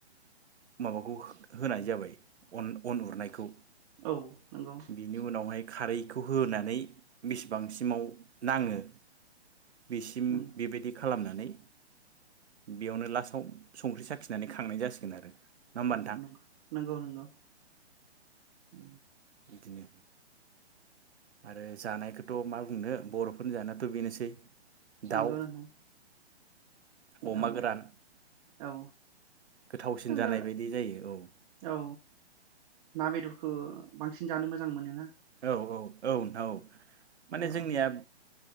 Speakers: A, on the right; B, on the right.
A: माबाखौ होनाय जाबाय अन उरनायखौ
B: औ नंगौ
A: बिनि उनावहाय खारैखौ होनानै बेसेबांसिमाव नाङो बेसिम
B: नंगौ
A: बेबायदि खा खालामनानै बेयावनो लास्टआव संख्रि साखिनानै खांनाय जासिगोन आरो। नङा होमबा
B: अ
A: नोंथां
B: नंगौ नंगौ ओ
A: बिदिनो आरो जानायखौथ' मा नो बर'फोरनि जानायाथ' बेनोसै। दाउ
B: नोंगौ नोंथां
A: अमा
B: औ
A: गोरान
B: औ
A: गोथावसिन
B: जोङो
A: जानाय बायदि जायो औ
B: औ ना बेदर खौ बांसिन जानो मोजां मोनो ना।
A: औ औ औ औ माने
B: औ
A: जोंनियाब